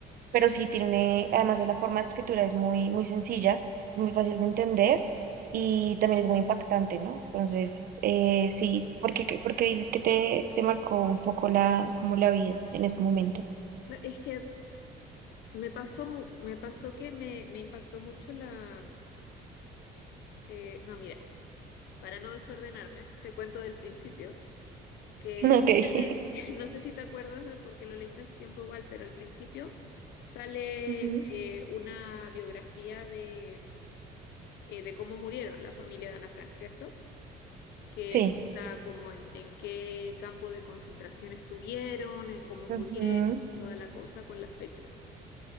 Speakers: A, on the right; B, on the left.
A: pero sí tiene, además de la forma de escritura es muy, muy sencilla, muy fácil de entender y también es muy impactante, ¿no? Entonces, eh, sí, porque, porque dices que te, te marcó un poco la, como la vida en ese momento.
B: Cla- Es que Me pasó, mu- me pasó que me, me impactó mucho la... eh, no, mira, para no desordenarme, te cuento del principio, que
A: <laughs> Ok.
B: viste,
A: <laughs>
B: <laughs> no sé si te acuerdas de porque lo leíste hace tiempo igual, pero al principio sale
A: Ujú.
B: eh, una biografía de, mm, eh, de cómo murieron la familia de Ana Frank, ¿cierto? Que
A: Sí.
B: cuenta como en, en qué campo de concentración estuvieron, en cómo
A: Ujú.
B: murieron, toda la cosa con las fechas.